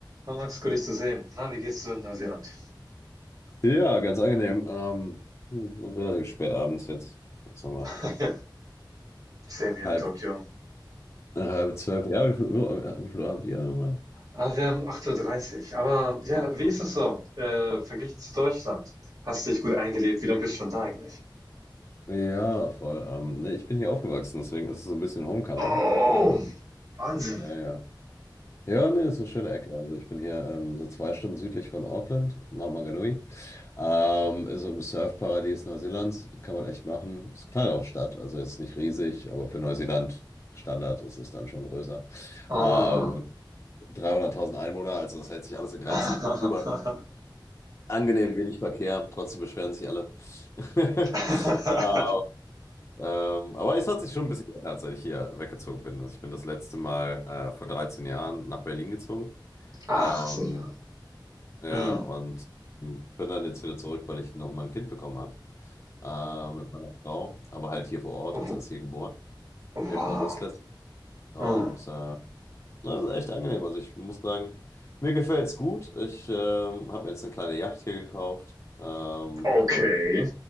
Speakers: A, on the right; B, on the left.
A: Ah, Max, gut, dich zu sehen. Na, wie geht's dir in Neuseeland?
B: Ja, ganz angenehm. Ähm, hm, relativ spät abends jetzt. Jetzt haben wir
A: <laughs> Ja, same hier
B: halb,
A: in Tokio.
B: halb zwölf. Ja, wie viel Uhr, äh, wie viel Uhr habt ihr nochmal?
A: Ah, wir haben 8.30 Uhr. dreißig. Aber ja, wie ist es so, äh, verglichen zu Deutschland? Hast dich gut eingelebt? Wie lange bist du schon da eigentlich?
B: Ja, voll. Ähm, ne, ich bin hier aufgewachsen, deswegen ist es so ein bisschen Homecoming.
A: Oh,
B: Ähm,
A: Wahnsinn.
B: ja, ja. Ja, ne, ist eine schöne Ecke. Also ich bin hier ähm, so zwei Stunden südlich von Auckland, Mount Maunganui. Ähm, ist so im Surfparadies Neuseelands. Kann man echt machen. Ist eine kleine Stadt, also jetzt nicht riesig, aber für Neuseeland Standard ist es dann schon größer.
A: Ah.
B: Ähm, 300.000 Einwohner, also das hält sich alles in Grenzen.
A: ah.
B: Über angenehm wenig Verkehr, trotzdem beschweren sich alle. <laughs>
A: <laughs>
B: Ah, ähm, aber es hat sich schon ein bisschen geändert, seit ich hier weggezogen bin. Also ich bin das letzte Mal äh, vor 13 Jahren nach Berlin gezogen.
A: Ach,
B: Ähm,
A: sicher.
B: ja,
A: Mm.
B: und bin dann jetzt wieder zurück, weil ich noch mal ein Kind bekommen habe äh, mit meiner Frau, aber halt hier vor Ort,
A: Oh,
B: also ist hier geboren,
A: wow.
B: im August letzten. Und
A: Mm.
B: äh, Ne, Das ist echt angenehm. Also ich muss sagen, mir gefällt es gut. Ich ähm, habe mir jetzt eine kleine Yacht hier gekauft ähm,
A: Okay.
B: und